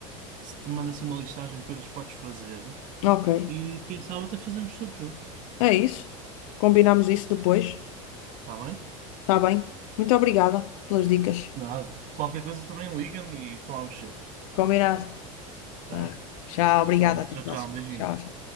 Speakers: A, on the right; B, on the left.
A: se te manda assim uma listagem de coisas que podes fazer. né?
B: Ok,
A: E quem sabe até fazemos todos juntos.
B: é isso. Combinamos isso depois.
A: Está bem?
B: Tá bem. Muito obrigada pelas dicas.
A: Nada. Qualquer coisa também liga-me e falamos sempre.
B: Combinado.
A: Tá?
B: Ah, tchau, obrigada.
A: Olha,
B: Até
A: tchau,
B: a próxima.
A: tchau. Beijinho.
B: Tchau, tchau.